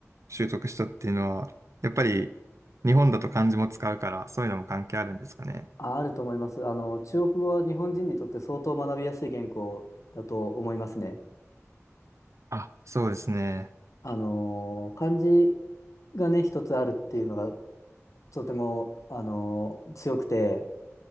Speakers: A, on the right; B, on the left.
A: 習得したっていうのは、やっぱり日本だと漢字も使うから、そういうのも関係あるんですかね。
B: あ、あると思います。あの、中国語は日本人にとって相当学びやすい言語だと思いますね。
A: あ、そうですね。
B: あのー漢字がね、一つあるっていうのがとても、あのー強くて、